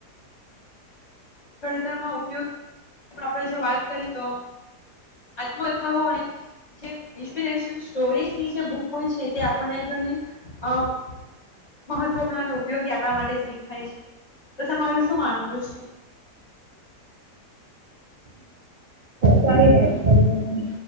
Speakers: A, on the left; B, on the right.
A: ઘડતરમાં ઉપયોગ આપણે જો વાત કરી તો આત્મકથાઓ અને જે ઇન્સ્પિરેશન સ્ટોરીની જે બુક હોય છે તે આપણને ઘણી અ મહત્વપૂર્ણ અને ઉપયોગી આપણા માટે સાબીત થાય છે તો તમારું શું માનવું છે?
B: સારી વાત કરી